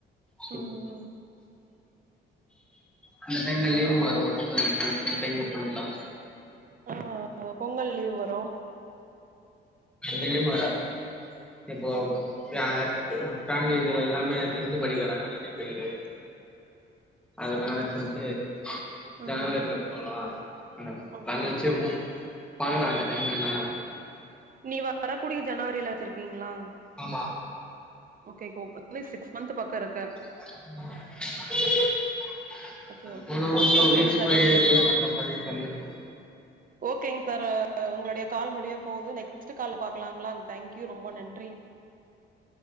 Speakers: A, in the centre; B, on the right.
A: சூப்பர்
B: ம் ம்
A: அந்த டைம்ல லீவ்வு வரு பொங்கல் அந்த டைம்ல போயில்லா
B: ஆ பொங்கல் லீவ் வரு
A: எந்த லீவு வராது இப்போ
B: ம்
A: <unintelligible> ஃபேமிலி கிற எல்லாமே டென்த்து படிக்கிறாங்க ரெண்டு பேரு அதனாலே
B: சரி சரி
A: சொல்லுட்டு
B: ம்
A: ஜனவரில போலா அந்த
B: ஓகே
A: பிளான் வெச்சுருக்கோ
B: ஓகே
A: பாக்கலா அந்த டைம்லனா
B: இனி வரக்கூடிய ஜனவரில வெச்சிருக்கீங்ளா
A: ஆமா
B: ஓகே சிக்ஸ் மந்த் பக்கோ இருக்கு
A: <inaudible>
B: ஓகே ஓகே
A: போன மாசோ
B: ஓகேங்
A: வீக்ஸ்
B: சார்
A: போயி
B: ஓகேங்
A: எத்துனு
B: சார்
A: வந்த மாரி பண்ணிருக்கோ
B: ஓகேங் சார் உங்களுடைய கால் முடியா போது நெக்ஸ்ட் கால்ல பாக்கலாங்ளா தேங்க்யூ ரொம்ப நன்றி